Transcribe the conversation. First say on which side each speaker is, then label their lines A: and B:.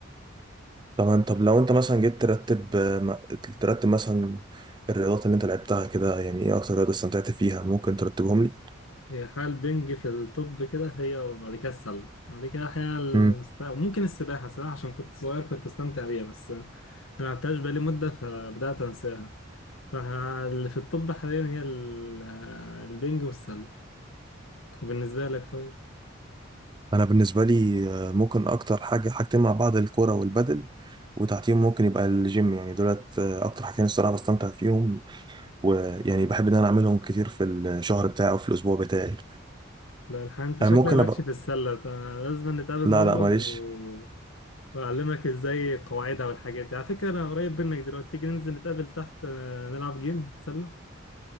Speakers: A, on the right; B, on the left.
A: طب طب لو انت مثلا جيت ترتب آه، م- ترتب مثلا الرياضات اللي انت لعبتها كده يعني ايه اكتر رياضه استمتعت فيها ممكن ترتبهم لي
B: هي الحقيقة البنج في التوب كده هي وبعد كده السلة بعد كده الحقيقة
A: مم.
B: الس- ممكن السباحة السباحة عشان كنت صغير كنت أستمتع بيها بس ما لعبتهاش بقالي مدة فبدأت أنساها فاللي في التوب حاليا هي ال- البنج والسلة وبالنسبة لك طيب
A: انا بالنسبه لي آه، ممكن اكتر حاجه حاجتين مع بعض الكوره والبدل وتحتيهم ممكن يبقى الجيم يعني دولت آه، اكتر حاجتين الصراحه بستمتع فيهم ويعني بحب ان انا اعملهم كتير في الشهر بتاعي او في الاسبوع بتاعي
B: لا الحقيقة انت شكلك
A: انا ممكن
B: مالكش
A: ابقى
B: في السلة ده لازم نتقابل
A: لا
B: مرة
A: لا معلش
B: و... وأعلمك ازاي قواعدها والحاجات دي على فكرة انا قريب منك دلوقتي تيجي ننزل نتقابل تحت آه، نلعب جيم سلة